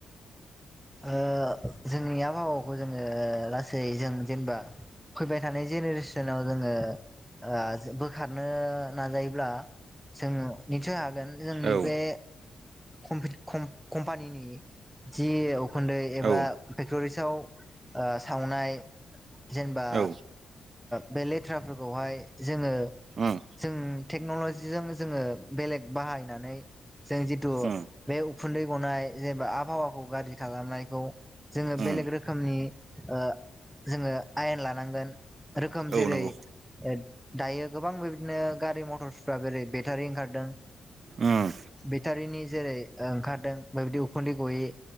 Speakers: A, in the centre; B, on the right.
A: ओ जोंनि आबहावाखौ जोङो लासै जों जेनेबा फैबाय थानाय जेनेरेसनाव जोङो ओ बोखारनो नाजायोब्ला जोङो निसु हा गोन जोंनि
B: औ
A: बे कम-कमपानिनि जि उन्दै एबा
B: औ
A: फेक्ट'रिसआव ओ सावनाय जेनेबा
B: औ
A: बे लेथ्राफोरखौहाय जोङो
B: उम
A: जों टेक्नल'जिजों जोङो बेलेग बाहायनानै जों जिथु
B: उम
A: बे उखुन्दै गनाय जेनेबा आबहावाखौ गाज्रि खालामनायखौ जोङो बेलेग
B: उम
A: रोखोमनि ओ जोङो आयेन लानांगोन रोखोम
B: औ
A: जेरै
B: नंगौ
A: ओ दायो गोबां बेबादिनो गारि मटरसफ्रा जेरै बेटारि ओंखारदों।
B: उम
A: बेटारिनि जेरै ओंखारदों बेबायदि उखुन्दै गयै